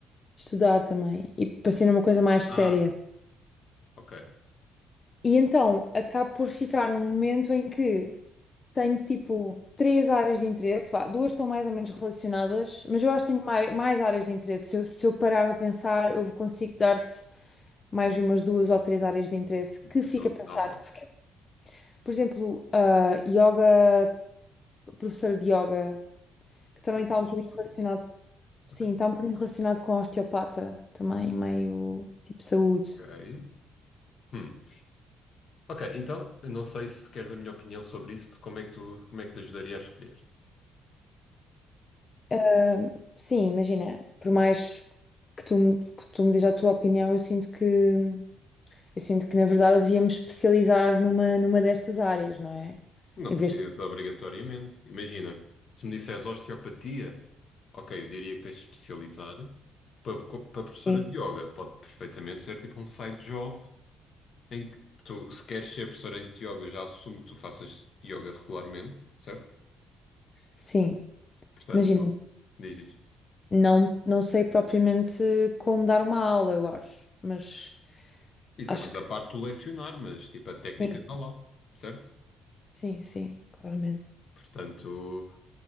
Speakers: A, on the left; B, on the left.
A: estudar também e para ser uma coisa mais séria.
B: ah, ok,
A: E então acabo por ficar num momento em que tenho tipo três áreas de interesse, vá, duas estão mais ou menos relacionadas, mas eu acho que tenho mai- mais, áreas de interesse. Se eu, se eu parar para pensar, eu consigo dar-te mais umas duas ou três áreas de interesse que fica
B: então
A: a pensar.
B: dá-me lá.
A: Porque, por exemplo, a yoga, professora de yoga, que
B: Isso
A: também
B: é uma
A: está
B: coisa
A: um bocadinho
B: específica.
A: relacionado, sim,
B: Ok.
A: está um bocadinho relacionado com a osteopata, também meio tipo saúde.
B: Ok. Hum. Ok, então, não sei se queres a minha opinião sobre isso, de como é que tu, como é que te ajudaria a escolher.
A: Ahm, Sim, imagina, por mais que tu, me- que tu me dês a tua opinião, eu sinto que eu sinto que na verdade eu devia me especializar numa, numa destas áreas, não é?
B: Não
A: Em
B: precisa
A: vez de
B: de obrigatoriamente. Imagina, se me disseres osteopatia, ok, eu diria que tens de especializar. Para, para professora
A: Sim.
B: de yoga, pode perfeitamente ser tipo um side job em que tu, se queres ser professora de yoga, eu já assumo que tu faças yoga regularmente, certo?
A: Sim,
B: Portanto,
A: imagina,
B: diz, diz.
A: não, não sei propriamente como dar uma aula, eu acho, mas
B: Isso
A: acho
B: é mais
A: que
B: a parte do lecionar, mas tipo a técnica
A: Sim.
B: está lá, certo?
A: sim, sim, claramente.
B: Portanto,